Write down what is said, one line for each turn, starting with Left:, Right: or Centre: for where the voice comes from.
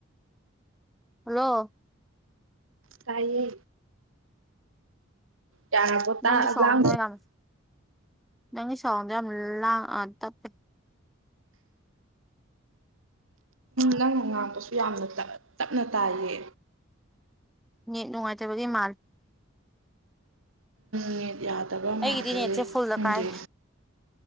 Centre: ꯍꯜꯂꯣ
Right: ꯇꯥꯏꯌꯦ ꯌꯥꯔꯕꯣ ꯇꯥ
Centre: ꯅꯪꯒꯤ ꯁꯣꯗꯔꯝ
Right: ꯂꯥꯡ
Centre: ꯅꯪ ꯁꯣꯏꯟꯗ ꯗꯣ ꯌꯥꯝ ꯇꯞꯄꯤ
Right: ꯅꯪꯅ ꯉꯥꯡꯄꯁꯨ ꯌꯥꯝꯅ ꯇꯞꯅ ꯇꯥꯏꯌꯦ
Centre: ꯃꯤꯠ ꯅꯨꯡꯉꯥꯏꯇꯕꯗꯤ ꯃꯥꯜ
Right: ꯃꯤꯠ ꯌꯥꯗꯕ ꯃꯥꯜꯂꯦ
Centre: ꯑꯩꯒꯤꯗꯤ ꯅꯦꯠꯁꯦ ꯐꯨꯜꯗ
Right: ꯈꯪꯗꯦ
Centre: ꯀꯥꯏ